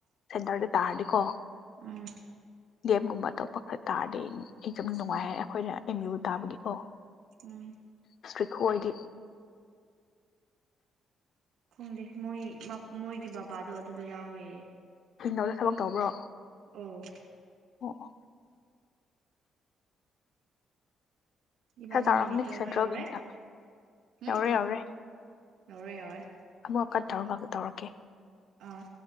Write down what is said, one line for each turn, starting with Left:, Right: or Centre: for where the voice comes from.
Left: ꯁꯦꯟꯇꯔꯗ ꯇꯥꯔꯗꯤꯀꯣ
Right: ꯑꯥ
Left: ꯒꯦꯝꯒꯨꯝꯕ ꯑꯇꯣꯞꯄ ꯈꯔ ꯇꯥꯗꯦ ꯑꯦꯛꯖꯥꯝꯅ ꯅꯨꯡꯉꯥꯏ
Right: ꯎꯝ
Left: ꯍꯥꯏ ꯑꯩꯈꯣꯏꯅ ꯑꯦꯝ ꯌꯨ ꯇꯥꯕꯒꯤꯀꯣ
Right: ꯎꯝ
Left: ꯏꯁꯇ꯭ꯔꯤꯛ ꯈꯨꯑꯣꯏꯗꯤ꯫
Right: ꯈꯪꯗꯦ ꯃꯣꯏ ꯃ ꯃꯣꯏ ꯒꯤ ꯕꯕꯥꯗꯣ ꯑꯗꯨꯗ ꯌꯥꯎꯋꯦꯌꯦ꯫
Left: ꯏꯒꯅꯧꯗ ꯊꯕꯛ ꯇꯧꯕ꯭ꯔꯣ?
Right: ꯎꯝ
Left: ꯑꯣꯑꯣ
Right: ꯏꯕꯥꯅꯤ
Left: ꯈꯥ ꯆꯥꯎꯔꯝꯅꯤ
Right: ꯃꯤꯅꯤꯠ ꯇꯔꯥ
Left: ꯁꯦꯟꯇ꯭ꯔꯦꯜꯒꯤꯅꯤꯅ
Right: ꯌꯧꯔꯦ ꯎꯝ
Left: ꯌꯧꯔꯦ ꯌꯧꯔꯦ꯫
Right: ꯌꯧꯔꯦ ꯌꯧꯔꯦ
Left: ꯑꯃ ꯀꯠ ꯇꯧꯔꯒ ꯑꯃꯨꯛ ꯇꯧꯔꯛꯀꯦ
Right: ꯑꯥ